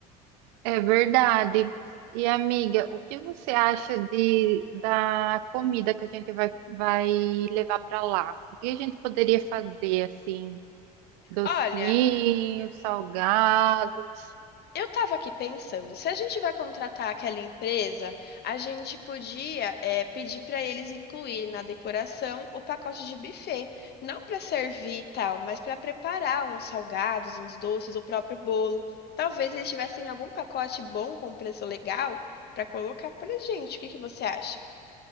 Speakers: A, on the right; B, on the left.
A: É verdade. E amiga, o que você acha de da comida que a gente vai, vai levar para lá? O que a gente poderia fazer assim? Docinhos,
B: Olha,
A: salgados?
B: eu tava aqui pensando, se a gente vai contratar aquela empresa, a gente podia, eh, pedir para eles incluírem na decoração o pacote de buffet, não para servir e tal, mas para preparar uns salgados, uns doces, o próprio bolo. Talvez eles tivessem algum pacote bom com preço legal para colocar pra gente. O que que você acha?